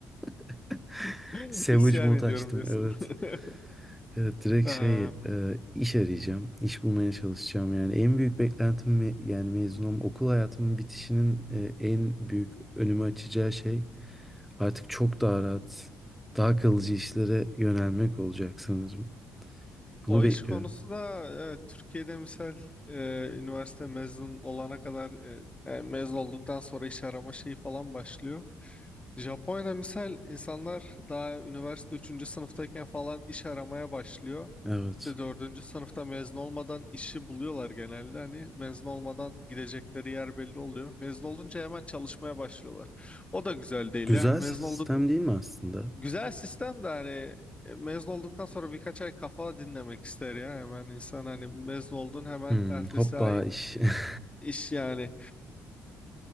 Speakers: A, in the centre; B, on the left.
A: <laughs>
B: <laughs>
A: Savage
B: İsyan
A: mode
B: ediyorum
A: açtım
B: diyorsun.
A: evet.
B: <laughs>
A: Evet direkt
B: Ee,
A: şey e, iş arayacağım. iş bulmaya çalışacağım yani. En büyük beklentim me- yani mezun olma okul hayatımın bitişinin e, en büyük önümü açacağı şey artık çok daha rahat daha kalıcı işlere yönelmek olacak sanırım. Bunu
B: O
A: bekliyorum.
B: iş konusu da evet, Türkiye'de misal e, üniversite mezun olana kadar e, e, mezun olduktan sonra iş arama şeyi falan başlıyor. Japonya'da misal insanlar daha üniversite üçüncü sınıftayken falan iş aramaya başlıyor.
A: Evet.
B: İşte 4. sınıfta mezun olmadan işi buluyorlar genelde. Hani mezun olmadan gidecekleri yer belli oluyor. Mezun olunca hemen çalışmaya başlıyorlar. O da güzel değil.
A: Güzel
B: Yani mezun
A: sistem değil mi aslında?
B: Güzel sistem de hani e, mezun olduktan sonra birkaç ay kafa dinlemek ister ya hemen insan hani mezun oldun hemen
A: Hmm,
B: ertesi
A: hoppa
B: ay
A: iş.
B: e,
A: <laughs>
B: iş yani.